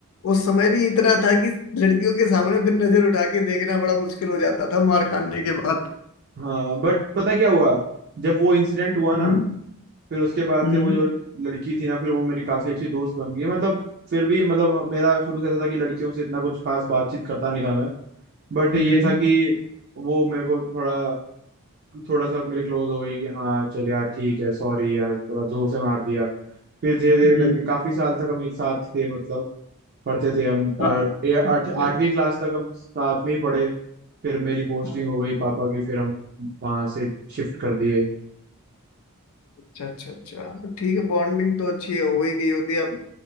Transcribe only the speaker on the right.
हाँ बट पता क्या हुआ जब वो इंसिडेंट हुआ ना
फिर उसके बाद
से वो जो लड़की थी ना फिर वो मेरी काफी अच्छी दोस्त बन गई मतलब फिर भी मतलब हम- मेरा शुरू से ऐसा था कि लड़कियों से इतना कुछ खास बातचीत करता नहीं था मैं बट ये
था कि वो मेरे को थोड़ा थोड़ा सा मेरे क्लोज हो गई कि हाँ चल यार ठीक है सॉरी यार थोड़ा जोर से मार दिया फिर धीरे धीरे
करके काफी साल तक हम एक साथ थे मतलब पढ़ते थे हम अ,
ए- आठ
आठवीं क्लास तक हम साथ में ही पढ़े फिर मेरी पोस्टिंग
हो गई पापा की फिर हम वहां से शिफ्ट कर दिए